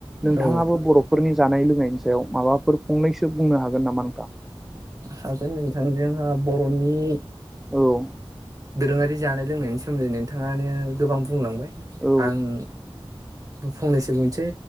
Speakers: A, in the centre; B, on the right.
A: नोंथाङाबो
B: औ
A: बर' फोरनि जानाय लोंनायनि सायाव माबाफोर फंनैसो बुंनो हागोन नामा नोंथा?
B: हागोन नोंथां जोंहा बर'नि
A: औ
B: दोरोङारि जानाय लोंनायनि सोमोन्दै नोंथाङानो गोबां बुंलांबाय
A: औ
B: आं फंनैसो बुंनोसै